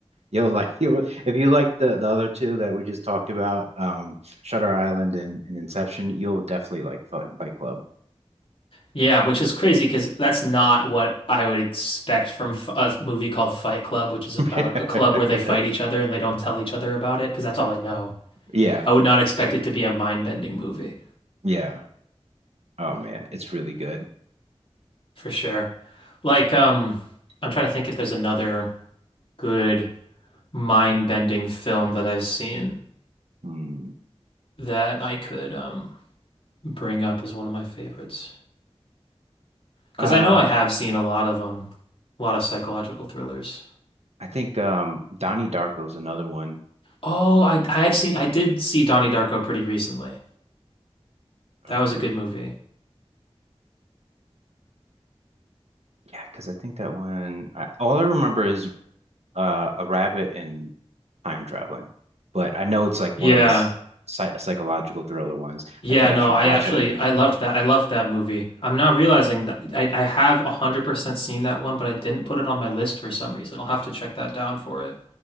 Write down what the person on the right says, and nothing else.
You'll like <laughs> you if you like the, the other two that we just talked about, um, Shutter Island and, and Inception, you'll definitely like Fight, Fight Club.
<laughs>
Yeah,
yeah. Oh man, it's really good.
Hmm.
Uh,
I think um Donnie Darko's another one.
Um,
yeah, because I think that one I, all I remember is uh, a rabbit and time traveling, but I know it's like
one of those psy- psychological thriller ones.
I think
I should
watch
that again.